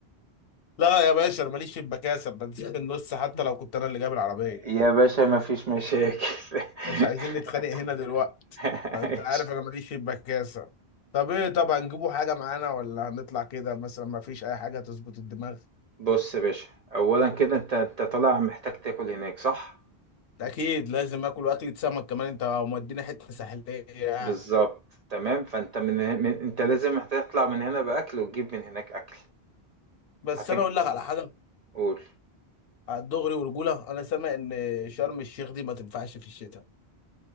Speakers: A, on the left; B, on the right.
A: لا يا باشا انا ماليش في المكاسب بنزل من النص حتى لو كنت انا اللي جايب العربيه
B: يا باشا ما فيش مشاكل. <laughs>
A: مش عايزين نتخانق هنا دلوقتي
B: ماشي.
A: انت عارف انا ماليش في المكاسب طب ايه طبعا نجيبوا حاجه معانا ولا هنطلع كده مثلا ما فيش اي حاجه تظبط الدماغ
B: بص يا باشا اولا كده انت انت طالع محتاج تاكل هناك صح
A: اكيد لازم اكل اكله سمك كمان انت مودينا حته ساحليه يعني
B: بالظبط تمام فانت من, هن- من انت لازم هتطلع من هنا باكل وتجيب من هناك اكل
A: بس
B: هتج
A: انا اقول لك على حاجه
B: قول
A: على الدغري ورجوله انا سامع ان شرم الشيخ دي ما تنفعش في الشتاء